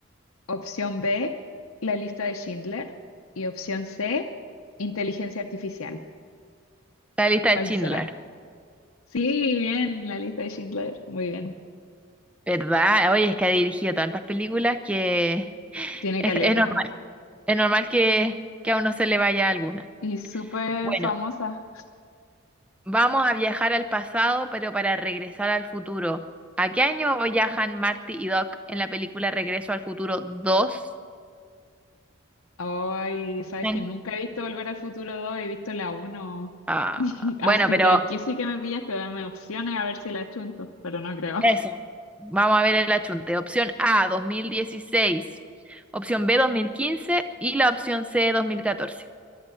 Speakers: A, on the left (about 85°); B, in the centre.
A: Opción B, La lista de Schindler. Y opción C, Inteligencia Artificial.
B: <laughs> La lista
A: ¿Cuál
B: de Schindler,
A: será? Sí, bien, La lista de Schindler. Muy bien.
B: ¿verdad? Oye, es que ha dirigido tantas películas que
A: Tiene
B: es,
A: caleta.
B: es normal, es normal que, que a uno se le vaya alguna.
A: Y súper
B: Bueno,
A: famosa.
B: Vamos a viajar al pasado, pero para regresar al futuro. ¿A qué año viajan Marty y Doc en la película Regreso al Futuro dos?
A: Ay, sabes
B: Bien,
A: que nunca he visto Volver al Futuro 2, he visto la uno.
B: Ah,
A: <laughs> Así
B: bueno, pero
A: que aquí sí que me pillaste, dame opciones a ver si la chunto, pero no creo.
B: Eso. vamos a ver el achunte. Opción A, 2016. Opción B, 2015. Y la opción C, 2014.